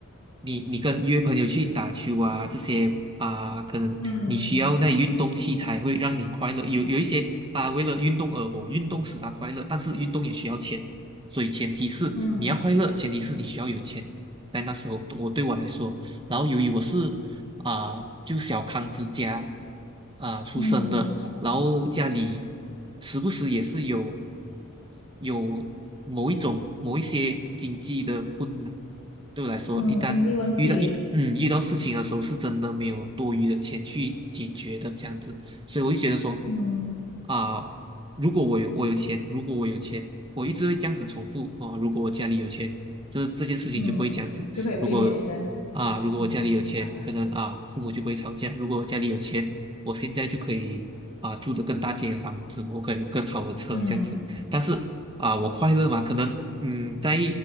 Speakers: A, on the right (about 20°); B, on the left (about 75°).
A: 你你跟约朋友去打球啊这些啊，可能你需要那运动器材会让你快乐，
B: 嗯
A: 有有一些他为了运动而活，运动使他快乐，但是运动也需要钱，所以前提是你要快乐，
B: 嗯
A: 前提是你需要有钱。在那时候，我对我来说，然后由于我是啊、就小康之家啊、出生的，
B: 嗯，明白。
A: 然后家里时不时也是有有某一种某一些经济的困难，对我来说，
B: 嗯，
A: 一旦遇到一嗯遇到事情的时候，
B: 经济问题，
A: 是真的没有多余的钱去解决的这样子，所以我就觉得说
B: 嗯。
A: 啊、如果我有我有钱，如果我有钱，我一直会这样子重复哦，如果我家里有钱，这这件事情就不会这样子，
B: 嗯，就可以避免这样子的事情。
A: 如果。啊，如果我家里有钱，
B: 嗯，明白。
A: 可能啊，父母就不会吵架；如果我家里有钱，我现在就可以啊、住的更大间的房子，我可以有更好的车这样子。
B: 嗯，
A: 但是啊、我快乐嘛，可能嗯，在